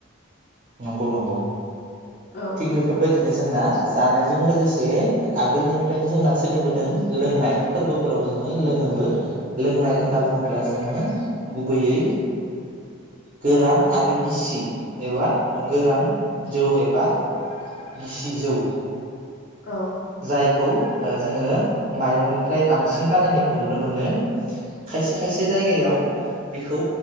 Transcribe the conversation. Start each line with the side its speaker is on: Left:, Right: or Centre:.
Right: नंगौ नंगौ
Left: औ
Right: थिग बेफोरबायदिनो जोंना जानायजों लोगोसे आगोलनिफ्रायनो जोंना सोलिबोदों लोंनाय फोरबोफोराव जोङो लोङोबो लोंनाय होनना
Left: औ
Right: बुङोब्ला जोङो गुबैयै गोरान आरो गिसि एबा गोरान जौ एबा बा गिसिजौ
Left: औ औ
Right: जायखौ ओ जोङो माइरंनिफ्राय बांसिन बानायनायखौ नुनो मोनो खायसे खायसे जायगायाव बेखौ